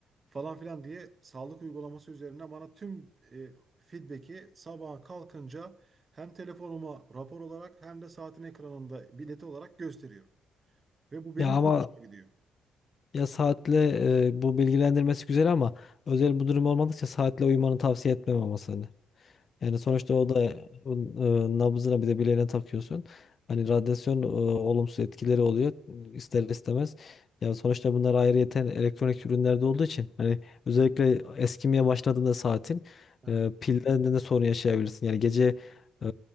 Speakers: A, on the right; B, on the left.
A: Falan filan diye sağlık uygulaması üzerinden bana tüm e, feedback'i sabaha kalkınca hem telefonuma rapor olarak hem de saatin ekranında bileti olarak gösteriyor. Ve bu benim
B: Ya ama
A: çok hoşuma gidiyor.
B: ya saatle e, bu bilgilendirmesi güzel ama özel bu durum olmadıkça saatle uyumanı tavsiye etmem ama seni. Yani sonuçta
A: Ya
B: o da e, nabzına bir de bileğine takıyorsun. Hani radyasyon e, olumsuz etkileri oluyor ister istemez. Yani sonuçta bunlar ayrıyeten elektronik ürünlerde olduğu için hani özellikle eskimeye başladığında saatin
A: Evet.
B: e, pilden de sorun yaşayabilirsin. Yani gece e,